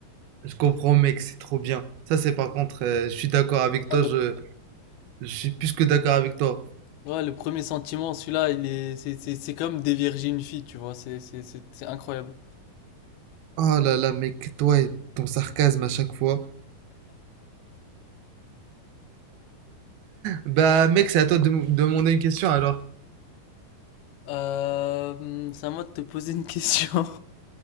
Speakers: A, on the right (about 80°); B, on the left (about 80°).
A: Je comprends mec, c'est trop bien. Ça c'est par contre, euh, je suis d'accord avec toi,
B: Ouais, donc
A: je, je suis plus que d'accord avec toi.
B: Ouais, le premier sentiment, celui-là, il est, c'est, c'est, c'est comme dévierger une fille, tu vois, c'est, c'est, c'est, c'est incroyable.
A: Oh là là mec, toi et ton sarcasme à chaque fois. Bah mec, c'est à toi de me demander une question alors.
B: Euh, hum, c'est à moi de te poser une question.